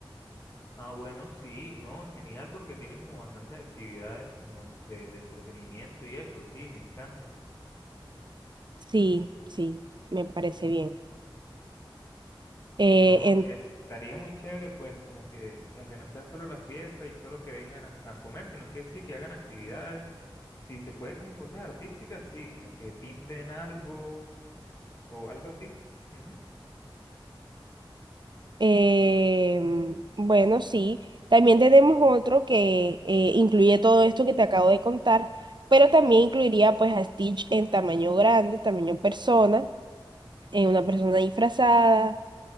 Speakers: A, on the left (about 35°); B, on the right (about 55°).
A: Ah, bueno, sí, no, genial porque tiene como bastantes actividades como en- de, de entretenimiento y eso, sí, me encanta.
B: Sí, sí, me parece bien. Eh,
A: No,
B: en-
A: estaría muy chévere pues como que, aunque no sea solo la fiesta y solo que vengan a, a comer, sino que sí, que hagan actividades. Si se puede como cosas artísticas, sí, como que pinten algo o algo así. Ujú.
B: em, bueno, sí, también tenemos otro que eh, incluye todo esto que te acabo de contar, pero también incluiría pues a Stitch en tamaño grande, tamaño persona eh, una persona disfrazada,